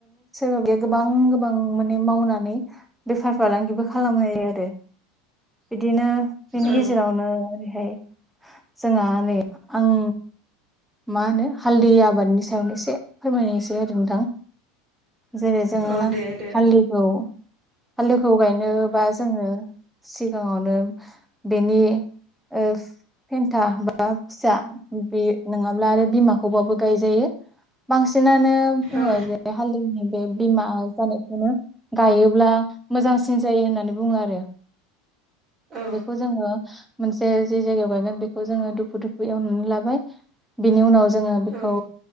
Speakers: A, in the centre; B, on the right (about 20°).
A: ओ <unintelligible> गोबां <unintelligible> माने मावनानै बेफार फालांगिबो खा खालामहैयो आरो बिदिनो बेनि
B: औ
A: गेजेरावनो ओरैहाय जोंहा नै आं मा होनो हालदै आबादनि सायावनो एसे फोरमायनायसै आरो नोंथां। जेरै जोङो
B: औ दे दे
A: हालदैखौ हालदैखौ गायनोबा जोङो सिगाङावनो बेनि ओ फेन्था बा फिसा बे नङाब्ला आरो बिमाखौबाबो गायजायो। बांसि नानो बुङो
B: औ
A: जे हालदैनि बे बिमा जानायखौनो गायोब्ला मोजांसिन जायो होननानै बुङो आरो
B: औ
A: बेखौ जोङो मोनसे जे जायगायाव गायगोन बेखौ जोङो दुफु दुफु एवनानै लाबाय। बिनि उनाव जोङो बेखौ
B: औ